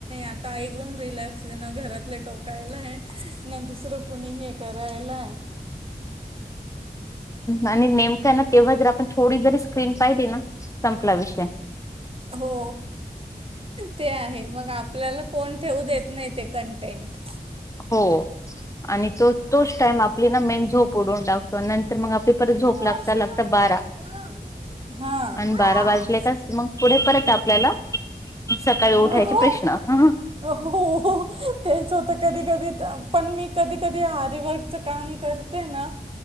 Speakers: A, on the right; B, on the left.
A: आता एकदम रिलॅक्स आहे ना घरातले टोकायला ना दुसर कोणीही ताला ये.
B: आणि नेमका ना तेव्हा जर आपण थोडी जरी स्क्रीन पाहिली ना संपला विषय
A: हो. ते आहे मग आपल्याला फोन ठेवू देत नाही ते कन्टेन्ट
B: हो आणि तो तोच टाइम आपली ना मेन झोपडून उडवून टाक नंतर मग आपली परत झोप
A: मी वॉशरूम
B: लागता लागता बारा
A: करते हां
B: आणि बारा वाजले कास मग पुढे परत आहे आपल्याला सकाळी उठायचे
A: म हो
B: प्रश्न हं
A: हो हो तेच होत. कधी कधी पण मी कधी कधी आरीवर्कच काम करते ना